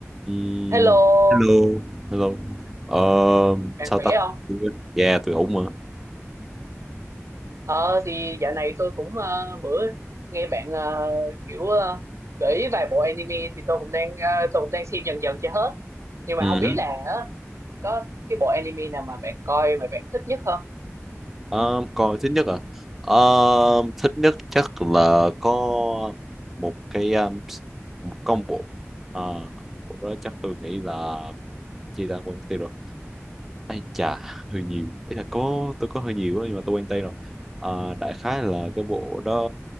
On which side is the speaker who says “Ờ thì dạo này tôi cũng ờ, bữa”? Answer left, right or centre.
Right